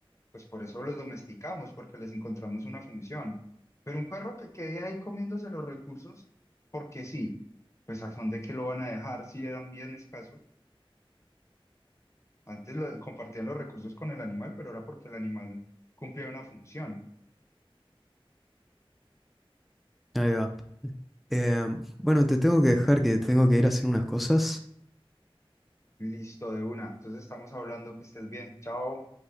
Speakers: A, on the left; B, in the centre.
A: pues por eso los domesticamos, porque les encontramos una función. Pero un perro que quede ahí comiéndose los recursos, porque sí, pues a dónde que lo van a dejar si eran bien escasos. Antes lo- compartían los recursos con el animal, pero era porque el animal cumplía una función.
B: Ahí va. Eh, bueno, te tengo que dejar que tengo que ir a hacer unas cosas.
A: Listo, de una. Entonces estamos hablando que estés bien. Chao.